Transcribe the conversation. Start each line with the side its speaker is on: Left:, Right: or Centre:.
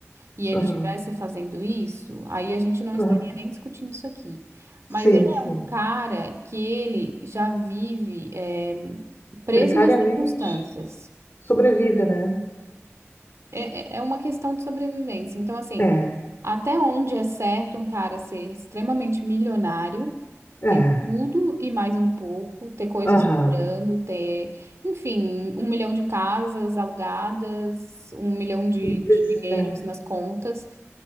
Right: e ele
Left: aham,
Right: estivesse fazendo isso, aí a gente não
Left: aham.
Right: estaria nem discutindo isso aqui. Mas
Left: Sim,
Right: ele é
Left: sim.
Right: um cara que ele já vive, é, preso
Left: Precariamente
Right: nas circunstâncias.
Left: sobrevive, né?
Right: É, é é uma questão de sobrevivência. Então, assim,
Left: É,
Right: até onde é certo um cara ser extremamente milionário,
Left: é.
Right: ter tudo e mais um pouco, ter coisas
Left: Aham.
Right: sobrando, ter, enfim, um milhão de casas alugadas, um milhão de,
Left: E,
Right: de dinheiros
Left: é.
Right: nas contas,